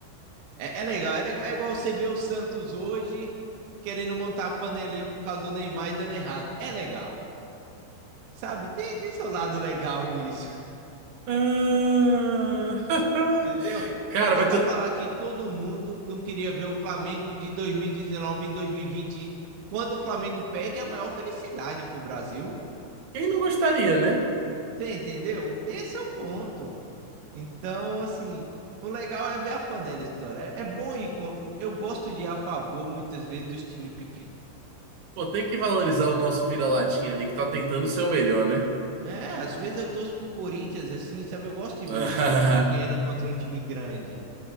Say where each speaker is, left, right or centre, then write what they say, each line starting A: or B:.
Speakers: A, on the right (about 85°); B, on the right (about 70°).
A: É, é legal, é legal. É igual você ver o Santos hoje querendo montar a panelinha por causa do Neymar e dando errado. É legal, sabe? Tem, tem seu lado legal nisso,
B: Ah, <laughs>
A: <laughs> entendeu?
B: Cara,
A: Porque
B: mas
A: vai
B: tu-
A: falar que todo mundo não queria ver o Flamengo de 2019 em 2020. Quando o Flamengo perde, é a maior felicidade pro Brasil.
B: quem não gostaria, né?
A: Você entendeu? Esse é o ponto. Então, assim, o legal é ver a panela história. É é bom ir. com- Eu gosto de ir a favor, muitas vezes, dos times pequenos.
B: Pô, tem que valorizar o nosso vira-latinha ali que tá tentando ser o melhor, né?
A: É, às vezes eu torço pro Corinthians, assim, sabe? Eu gosto de
B: <laughs>
A: ver o time pequeno contra um time grande.